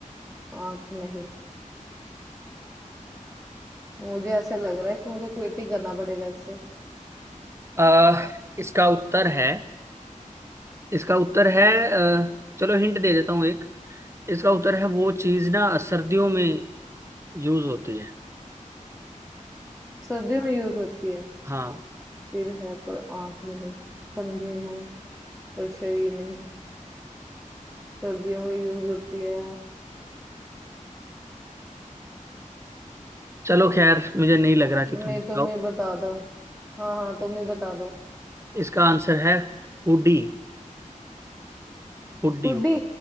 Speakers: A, in the centre; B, on the right.
A: आंख नहीं मुझे ऐसे लग रहा है कि मुझे क्विट ही करना पड़ेगा इससे
B: आ, इसका उत्तर है इसका उत्तर है अ, चलो हिंट दे देता हूँ एक इसका उत्तर है वो चीज ना सर्दियों में यूज होती है
A: सर्दियों में यूज होती है
B: हाँ
A: सिर है पर आंख नहीं कंधे हैं पर शरीर नहीं सर्दियों में यूज होती है
B: चलो खैर मुझे नहीं लग रहा कि तुम
A: नहीं
B: बताओ
A: तुम ही बता दो हाँ हाँ तुम ही बता दो
B: इसका आंसर है हुडी हुडी
A: हुडी